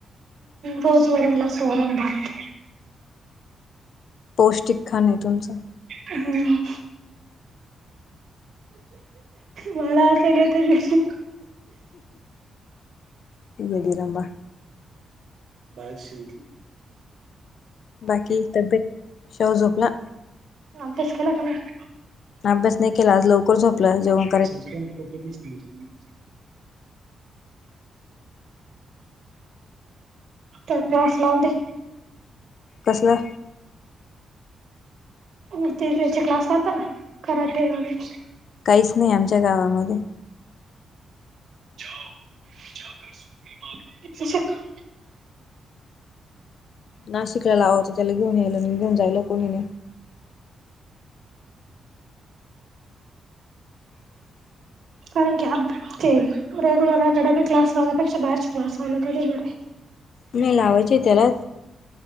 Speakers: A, on the right (about 70°); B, on the left (about 65°).
A: रोज वरण लागतो वरण भात.
B: पौष्टिक खाण आहे तुमचं
A: हम्म. मला हसायला येतं.
B: येडी रंबा.
A: बाहेर श
B: बाकी तब्येत शव झोपला?
A: अभ्यास केला का नाही.
B: अभ्यास नाही केला आज लवकर झोपला जेऊन.
A: <unintelligible> तर क्लास लाऊंदे.
B: कसल?
A: आणि ते त्याचे क्लासला पण कराटे वैगेरे.
B: काहीच नाही आमच्या गावामध्ये.
A: <unintelligible>
B: नाशिकाला लावां होतं त्याला घेऊन यायला घेऊन जायला कोणी. <inaudible>
A: कारण की अ ते रेग्युलर अकॅडमिक क्लास लावण्यापेक्षा बाहेरचे क्लास लावल कधी बर.
B: नाही लावायचे त्याला.